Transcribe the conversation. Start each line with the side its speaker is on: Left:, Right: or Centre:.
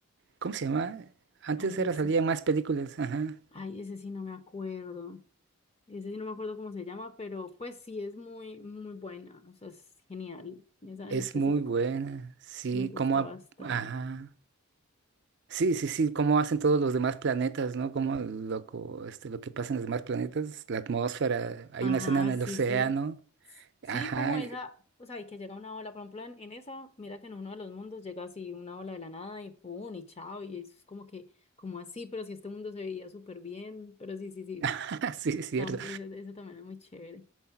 Right: ¿Cómo se llama? Antes
Left: Ay,
Right: era
Left: ese,
Right: salía más películas. Ajá.
Left: ay, ese sí no me acuerdo, ese sí no me acuerdo cómo se llama, pero pues sí es muy, muy buena, o sea, es genial, esa
Right: Es
Left: en específico
Right: muy buena. Sí,
Left: me gusta
Right: como. a-
Left: bastante.
Right: Ajá. Sí, sí, sí, cómo hacen todos los demás planetas, ¿no? Cómo lo, co- este, lo que pasa en los demás planetas, la atmósfera, hay
Left: Ajá,
Right: una escena en el
Left: sí,
Right: océano.
Left: sí. Sí,
Right: Ajá,
Left: como esa, o sea, y que llega una ola, por ejemplo, en, en esa, mira que en uno de los mundos llega así una ola de la nada y pum, y chao, y es como que, como así, pero si este mundo se veía súper bien, pero sí, sí, sí,
Right: <laughs> sí, es cierto.
Left: tam- eso, eso también es muy chévere.